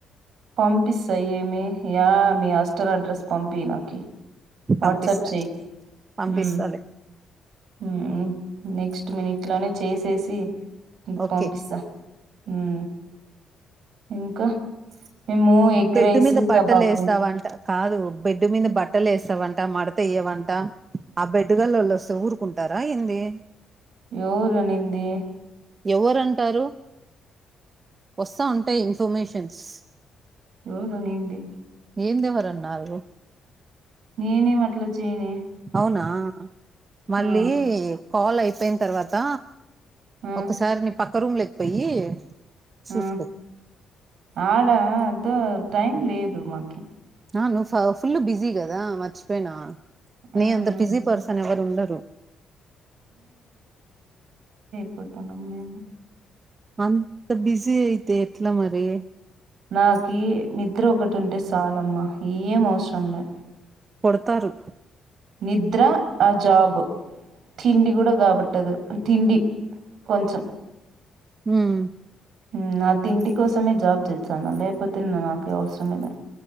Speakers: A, on the right; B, on the right.
A: పంపిస్స ఏమి యా మీ హాస్ స్టల్ అడ్రస్ పంపియ్ నాకి
B: పంపిస్త
A: వాట్సాప్ చెయ్యి
B: పంపిస్తాలే
A: ఉమ్, ఉమ్ నెక్స్ట్ మీనిట్లోనే చేసేసి
B: ఓకే
A: పంపిస్త హ్మ్ ఇంకా మేము ఎగ్
B: బెడ్డు
A: రైస్
B: మీద బట్టలు
A: కబాబ్
B: వేస్తావంట
A: తిన్
B: కాదు. బెడ్డు మీద బట్టలు వేస్తావంట మడతేయ్యవంట ఆ బెడ్డు గలళ్ళస్తే ఊరుకుంటారా ఏంది?
A: ఎవరు నింది
B: ఎవరుంటారు వస్తా ఉంటాయి ఇన్ఫర్మేషన్స్
A: ఆ నీంది
B: ఏ దేవరన్నారు
A: నేనేఏం అట్లా చేయనే
B: అవునా మళ్ళీ
A: ఆ
B: కాల్ అయిపోయిన తర్వాత
A: ఆ
B: ఒకసారి నీ పక్క రూమ్ పోయి చూసుకో
A: ఆ ఆడా అద టైం లేదు మాకి
B: ఆ ను్ ఫుల్ బిజీ కదా మర్చిపోయినా మీే
A: మ్
B: అంత బిజీ పర్సన్ ఎవరు ఉండరు
A: పోతానమ్మే
B: అంత బిజీ అయితే ఎట్లా మరి
A: నా క నిద్ర ఒకటి ఉంటే చాలమ్మ ఏం అవసరం లే
B: కొడతారు
A: నిద్ర ఆ జాబ్ తిండి కూడా కాబట్టదు తిండి కొంచెం
B: హ్మ్
A: హ్మ్ నా తిండి కోసమే జాబ్ చేస్తున్నా లేకపోతే నాకు అవసరమే ల్యా